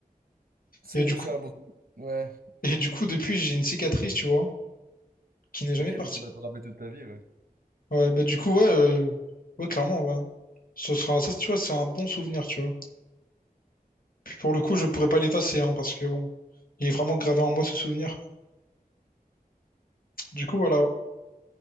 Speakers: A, on the right; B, on the left.
A: C'est
B: Et du coup,
A: c'est un bon souvenir. Ouais.
B: et du coup, depuis, j'ai une cicatrice, tu vois, qui n'est jamais
A: Ok,
B: partie.
A: donc tu vas te rappeler toute ta vie, ouais.
B: Ouais, bah, du coup, ouais, euh, ouais, clairement, ouais. Ce sera, ça, tu vois, c'est un bon souvenir, tu vois. Puis pour le coup, je pourrais pas l'effacer, hein, parce que bon, il est vraiment gravé en moi, ce souvenir. Du coup, voilà.